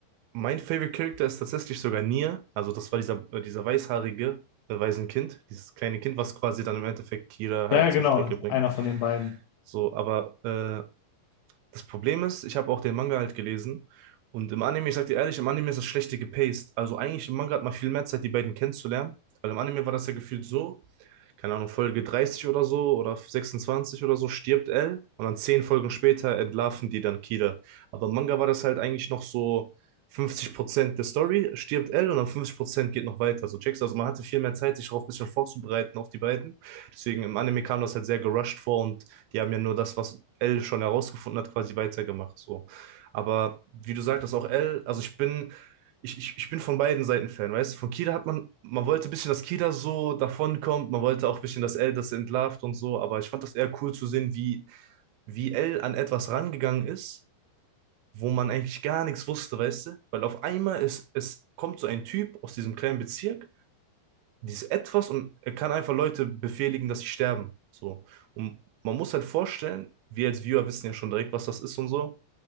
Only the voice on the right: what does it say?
Mein Favorite Character ist tatsächlich sogar Nier. Also das war dieser, äh, dieser weißhaarige, äh, Waisenkind, dieses kleine Kind, was quasi dann im Endeffekt Kira halt
zur Strecke bringt.
So, aber äh, das Problem ist, ich habe auch den Manga halt gelesen. Und im Anime, ich sag dir ehrlich, im Anime ist das schlechte gepaced. Also eigentlich im Manga hat man viel mehr Zeit, die beiden kennenzulernen. Weil im Anime war das ja gefühlt so, keine Ahnung, Folge 30 oder so oder 26 oder so stirbt L und dann zehn Folgen später entlarven die dann Kida. Aber im Manga war das halt eigentlich noch so 50% der Story stirbt L und dann 50% geht noch weiter. So checkst du? also man hatte viel mehr Zeit, sich darauf ein bisschen vorzubereiten auf die beiden. Deswegen im Anime kam das halt sehr gerusht vor und die haben ja nur das, was L schon herausgefunden hat, quasi weitergemacht. So. Aber wie du sagtest, auch L, also ich bin ich, ich, ich bin von beiden Seiten Fan, weißt du? Von Kida hat man, man wollte ein bisschen, dass Kida so davonkommt, man wollte auch ein bisschen, dass L das entlarvt und so, aber ich fand das eher cool zu sehen, wie, wie L an etwas rangegangen ist, wo man eigentlich gar nichts wusste, weißt du? Weil auf einmal ist, es kommt so ein Typ aus diesem kleinen Bezirk, dieses Etwas und er kann einfach Leute befehligen, dass sie sterben. So. Und man muss halt vorstellen, wir als Viewer wissen ja schon direkt, was das ist und so.